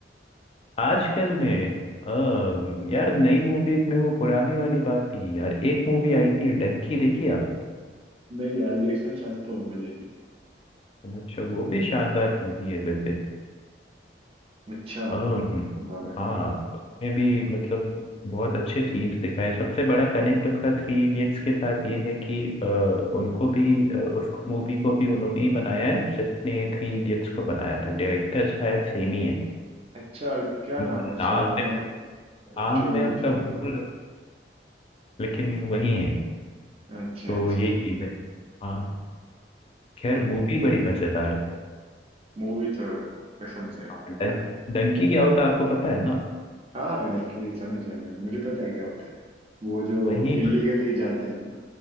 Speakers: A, on the left; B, on the right.
A: आजकल में अम, यार नई मूवीज में वो पुरानी वाली बात थी यार एक मूवी आई थी डंकी देखी आपने
B: नहीं यार देखना चाहता हूँ मैं लेकिन
A: अच्छा वो भी शानदार मूवी है वैसे
B: अच्छा होगा
A: अम,
B: मैं फिर
A: हाँ उसमें भी मतलब बहुत अच्छे सीन्स दिखाए हैं। सबसे बड़ा कनेक्ट उसका थ्री इडियट्स के साथ ये है कि अ, उनको भी अ, उस मूवी को भी उन्होंने ही बनाया है जिसने थ्री इडियट्स को बनाया था डायरेक्टर शायद सेम ही है
B: अच्छा क्या
A: उनका
B: नाम है
A: नाम
B: शायद उनका
A: में नाम
B: छोड़ो
A: में उनका
B: छोड़ो
A: भूल लेकिन वही है
B: अच्छा
A: तो
B: अच्छा
A: ये चीज है हाँ खैर मूवी बड़ी मजेदार है
B: मूवी तो कसम से
A: हाँ, डं, डंकी क्या होता है आपको पता है ना
B: हाँ डंकी समझ गया मैं मुझे पता है क्या होता है वो जो
A: वही
B: इलीगली जाते हैं ना